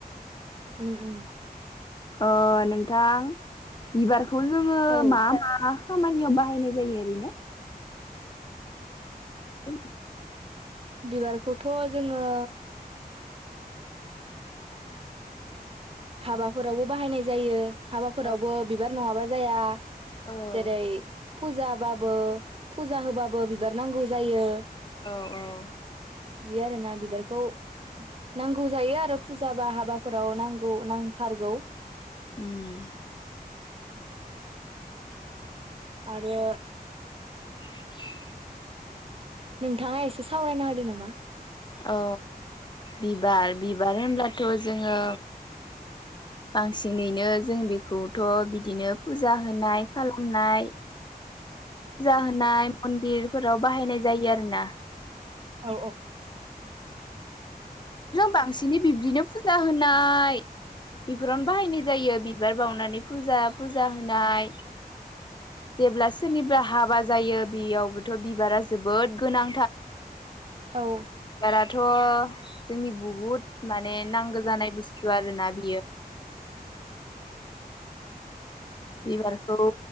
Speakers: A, on the right; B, on the left.
A: उम उम
B: अ नोंथां बिबार बेखौ जोङो
A: औ
B: मा मा खामानियाव बाहायनाय जायो ओरैनो <unintelligible>
A: बिबारखौथ' जोङो हाबाफोरावबो बाहायनाय जायो हाबाफोरावबो
B: औ
A: बिबार नङाबा जाया
B: औ
A: जेरै फुजाबाबो फुजा होबाबो बिबार नांगौ जायो
B: औ औ
A: बिदि आरोना बिबारखौ नांगौ जायो आरो फुजा बा हाबाफोराव नांगौ नांथारगौ
B: उम
A: आरो
B: <inaudible>
A: नोंथाङा एसे सावरायना होदो नामा
B: औ बिबार बिबार होनब्लाथ' जोङो बांसिनैनो जों बेखौथ' बिदिनो फुजा होनाय खालामनाय फुजा होनाय मन्दिरफोराव बाहायनाय जायो आरो ना
A: औ
B: बांसिनै बिब्दिनो फुजा होनाय बेफोरावनो बाहायनाय जायो बिबार बावनानै फुजा फुजा होनाय जेब्ला सोरनिबा हाबा जायो बेयावबोथ' बिबारा जोबोद गोनां
A: औ
B: बाराथ' जोंनि बुहुद माने नांगौ जानाय बुस्थु आरो ना बियो बिबारखौ